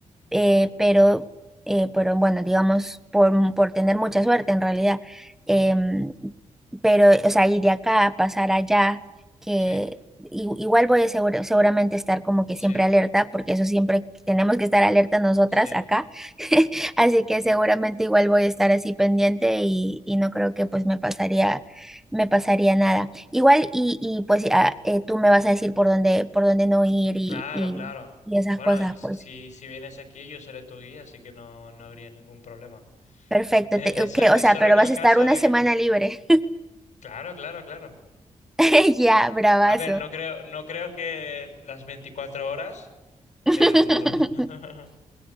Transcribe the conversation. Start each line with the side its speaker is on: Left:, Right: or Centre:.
Centre: eh, pero, eh, pero bueno, digamos, por, por tener mucha suerte en realidad. Em, pero, o sea, ir de acá, a pasar allá, que
Left: Sí,
Centre: i- igual voy a segura- seguramente estar como que
Left: sí,
Centre: siempre alerta, porque eso siempre tenemos que estar alerta nosotras
Left: sí.
Centre: acá. <laughs> Así que seguramente igual voy a estar así pendiente y, y no creo que pues me pasaría, me pasaría nada. Igual y, y pues ah, eh, tú me vas a decir por dónde, por dónde no ir y,
Left: Claro,
Centre: y,
Left: claro.
Centre: y esas
Left: Bueno,
Centre: cosas,
Left: y si,
Centre: pues.
Left: si si vienes aquí, yo seré tu guía, así que no, no habría ningún problema.
Centre: Perfecto,
Left: Eh,
Centre: te-
Left: eso
Centre: ok,
Left: es
Centre: o sea,
Left: solo
Centre: pero
Left: en
Centre: vas
Left: el
Centre: a
Left: caso
Centre: estar una
Left: de
Centre: semana
Left: que.
Centre: libre.
Left: Claro, claro, claro.
Centre: <laughs> Ya, bravazo.
Left: A ver, no creo, no creo que las 24 horas,
Centre: <laughs>
Left: pero <laughs>